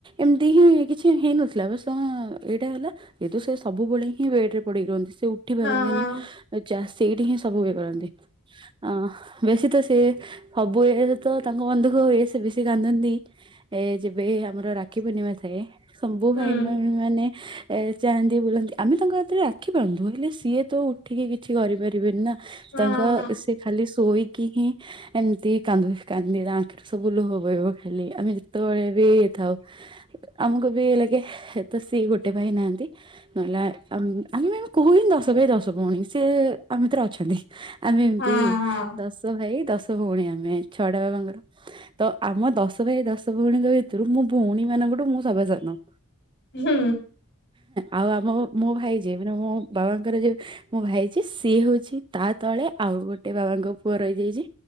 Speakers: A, on the right; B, on the left.
A: ଏମତି ହିଁ କିଛି ହେଇନଥିଲା ବା ସଂ ଏଇଟା ହେଲା। ଏଇତ ସେ ସବୁବେଳେ ହିଁ ବେଡ୍ ରେ ପଡିକି ରୁହନ୍ତି ସେ ଉଠି ପାରନ୍ତିନି
B: ହଁ ହଁ
A: ଏ ଚା ସେଇଠି ହିଁ। ସବୁ ବି କରନ୍ତି ଅଁ ବେଶୀ ତ ସେ। ସବୁ ଇଏ ରେ ତ ତାଙ୍କ ମନ୍ ଦୁଃଖ ହୁଏ ସେ ବେଶୀ କାନ୍ଦନ୍ତି ଏ ଯେବେ ଆମର ରା କ୍ଷୀପୂର୍ଣ୍ଣିମା ଥାଏ ସବୁଁ
B: ହୁଁ
A: ଭାଇଉଣୀ ମାନେ। ଏ ଚାହାନ୍ତି ବୁଲନ୍ତି ଆମେ ତାଙ୍କ ହାତରେ ରାଖି ବାନ୍ଧୁ ହେଲେ ସିଏ ତ ଉଠିକି କିଛି କରିପାରିବେନି ନା।
B: ହଁ
A: ତାଙ୍କ
B: ହଁ
A: ସେ ଖାଲି ଶୋଇକି ହିଁ ଏମତି। କାନ୍ଦୁବେ କାନ୍ଦିବେ ତାଙ୍କ ଆଖିରୁ ସବୁ ଲୁହ ବୋହିବ ଖାଲି ଆମେ ଯେତେବଳେ ବି ଥାଉ। ଆମୁକୁ ବି ଇଏ ଲାଗେ ସେତ ସିଏ ଗୋଟେ ଭାଇ ନାହାନ୍ତି। ନହେଲା ଆମ୍ ଆମେ ବି ଆମେ କହୁ ହିଁ ଦଶ ଭାଇ ଦଶ ଭଉଣୀ ସେ ଆମ ଭିତରେ ଅଛନ୍ତି। ଆମେ ଏମତି
B: ହଁ ହଁ
A: ଦଶ ଭାଇ ଦଶ ଛ ଭଉଣୀ ଆମେ ଛଟା ବାବାଙ୍କର ତ ଆମ ଦଶ ଭାଇ ଦଶ ଭଉଣୀଙ୍କ ଭିତୁରୁ ମୁଁ। ଭଉଣୀ ମାନଙ୍କଠୁ ମୁଁ ସଭା ସାନ।
B: ହୁଁ।
A: ଆଉ ଆମ ମୋ ଭାଇ ଯେ ମାନେ ମୋ ବାବାଙ୍କର ଯିଏ। ମୋ ଭାଇ ଯିଏ ସିଏ ହଉଛି ତା ତଳେ ଆଉ ଗୋଟେ ବାବାଙ୍କ ପୁଅ ରହିଯାଇଚି।